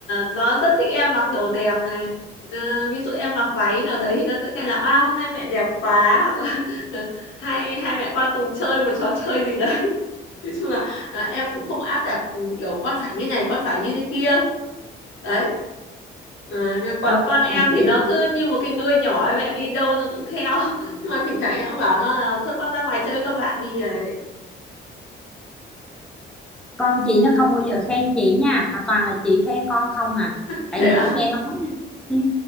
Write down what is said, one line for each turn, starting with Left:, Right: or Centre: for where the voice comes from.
Left: nó rất thích em mặc đồ đẹp này. Ờ, ví dụ em mặc váy nào đấy thì nó sẽ kêu là à, hôm nay mẹ đẹp quá hoặc là <laughs> hai hai mẹ con cùng chơi một trò chơi gì đấy. <laughs> Nói chung là là em cũng không áp đặt ừ, kiểu con phải như này, con phải như thế kia. Đấy. Ờ, nhưng còn
Centre: trời ơi,
Left: con em
Centre: ở nhà
Left: thì
Centre: chị
Left: nó cứ như một cái đuôi nhỏ mẹ đi đâu nó cũng theo <laughs> nhưng mà thỉnh thoảng em bảo nó là thôi con ra ngoài chơi với các bạn đi đấy
Centre: con chị nó không bao giờ khen chị nha mà toàn là chị khen con không à
Left: thế
Centre: tại vì
Left: ạ
Centre: chị nghe nói ừ,